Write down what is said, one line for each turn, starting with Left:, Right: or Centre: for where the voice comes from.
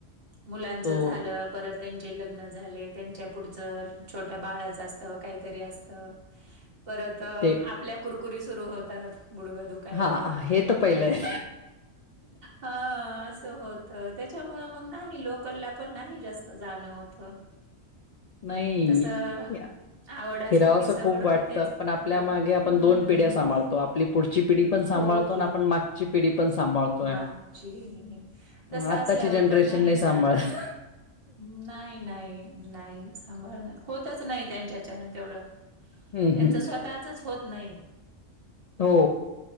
Right: मुलांचं
Left: तो
Right: झालं परंत त्यांचे लग्न झाले, त्यांच्या पुढचं छोट्या बाळच असत काहीतरी असत. परत आपल्या
Left: ते
Right: कुरकुरी सुरू होतात गुडगा दु दुखायला,
Left: हां,
Right: हे
Left: तर
Right: दुखायला
Left: पहिलं आहे.
Right: अ, अस होत त्याच्या त्यामुळ मग नाही लोकलला पण नाही जास्त जाणं होतं.
Left: नाही,
Right: तस
Left: या
Right: आवड असली
Left: फिरावसं
Right: की सवड
Left: खूप वाटतं,
Right: होतेच
Left: पण आपल्या
Right: थोडं.
Left: मागे आपण
Right: हम्म
Left: पिढ्या सांभाळतो. आपली पुढची पिढी पण सांभाळतो
Right: हो की,
Left: आणि आपण मागची पिढी पण सांभाळतोय.
Right: मागची तसं
Left: आत्ताची
Right: असल्यावर
Left: जनरेशन
Right: तर नाही
Left: सांभाळत.
Right: जाण होत. नाही, नाही, नाही सांभाळन होतच नाही त्यांच्याच्यान तेवढं.
Left: हं
Right: त्यांच
Left: हं
Right: स्वतःच होत नाही.
Left: हो